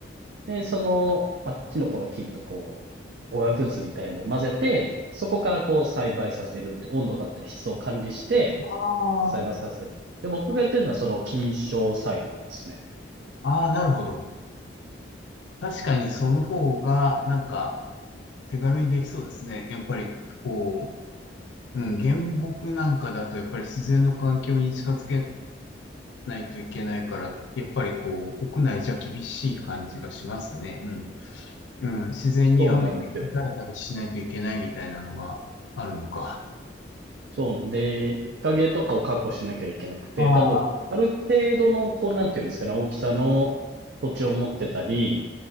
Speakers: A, on the right; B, on the left.
A: で、その、まあ、キノコの菌とこう、オーガグッズみたいのを混ぜて、そこからこう栽培させるって、温度だったり湿度を管理して、
B: ああ、
A: 栽培させる。で、僕がやってるのはその菌床栽培ですね。
B: ああ、なるほど。確かにその方が、なんか、手軽にできそうですね。やっぱり、こう、うん、原木なんかだと、やっぱり自然の環境に近づけないといけないから、やっぱりこう、屋内じゃ厳しい感じがしますね。うん。うん、自然に雨に打たれたりしないといけないみたいなのがあるのか。
A: そうなんですよ。そうなんで、日陰とかを確保しなきゃいけなくて、
B: ああ、
A: 多分、ある程度の、こう、なんていうんですかね、大きさの土地を持ってたり、